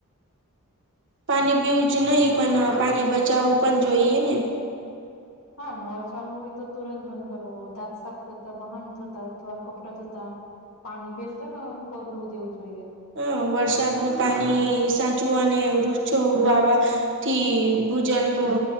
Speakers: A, on the right; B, on the left.
A: પાણી પીવું જ નહી પણ પાણી બચાવવું પણ જોઈએ ને.
B: હા નોળ ચાલુ હોય તો તુરંત બંધ કરવો દાંત સાફ કરતા વાહન ધોતા અથવા કપડા ધોતા પાણી બેેર તો ન કરું દેવું જોઈએ.
A: હ વરસાદનું પાણી સાચું અને વૃક્ષો વાવા થી ભૂજલ નું